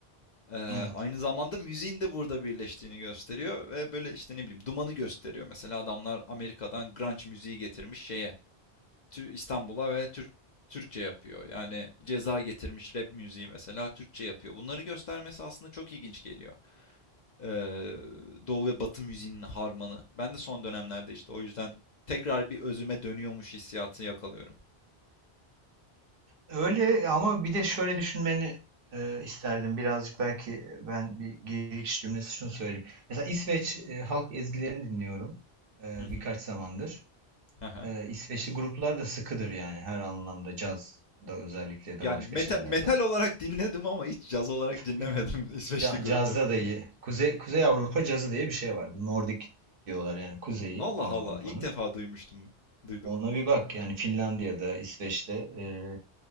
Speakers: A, on the left; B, on the right.
A: Ee,
B: Evet.
A: aynı zamanda müziğin de burada birleştiğini gösteriyor ve böyle işte ne bileyim dumanı gösteriyor. Mesela adamlar Amerika'dan grunge müziği getirmiş şeye Tü- İstanbul'a ve Türk Türkçe yapıyor. Yani Ceza getirmiş rap müziği mesela Türkçe yapıyor. Bunları göstermesi aslında çok ilginç geliyor. Ee, Doğu ve Batı müziğinin harmanı. Ben de son dönemlerde işte o yüzden tekrar bir özüme dönüyormuş hissiyatı yakalıyorum.
B: Öyle ama bir de şöyle düşünmeni e, isterdim. Birazcık belki ben bir giriş cümlesi şunu söyleyeyim. Mesela İsveç e, halk ezgilerini dinliyorum e,
A: Hı hı.
B: birkaç zamandır.
A: Hı hı.
B: E, İsveçli gruplar da sıkıdır yani her anlamda cazda özellikle
A: Yani
B: de başka
A: metal,
B: şeylerde.
A: metal olarak dinledim ama hiç caz olarak dinlemedim
B: Hmm,
A: <laughs> İsveçli
B: ca-
A: grupları.
B: cazda da iyi. Kuzey, Kuzey Avrupa cazı diye bir şey var. Bu Nordik diyorlar yani Kuzeyi
A: Allah
B: Avrupa'nın.
A: Allah. İlk defa duymuştum. Duydum.
B: Ona bir bak yani Finlandiya'da, İsveç'te e,